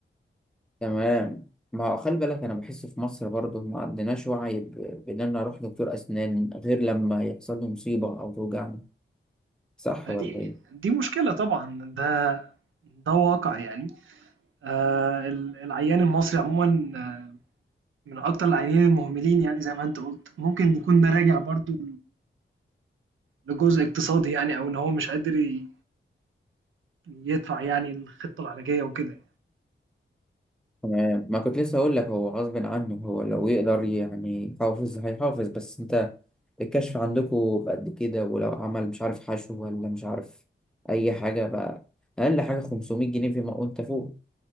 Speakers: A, in the centre; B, on the right.
A: تمام ما هو خلي بالك انا بحس في مصر برضه ما عندناش وعي ب- بان انا اروح دكتور اسنان غير لما يحصل لي مصيبه او توجعني صح
B: دي
A: ولا ايه
B: دي مشكلة طبعا ده ده واقع يعني آه، ال- العيان المصري عموما آه، من أكتر العيانين المهملين يعني زي ما أنت قلت ممكن يكون ده راجع برضو لجزء اقتصادي يعني أو إن هو مش قادر ي- يدفع يعني الخطة العلاجية وكده
A: تمام ما كنت لسه اقول لك هو غصب عنه هو لو يقدر يعني يحافظ هيحافظ بس انت الكشف عندكم بقد كده ولو عمل مش عارف حشو ولا مش عارف اي حاجه بقى اقل حاجه 500 جنيه فيما وانت فوق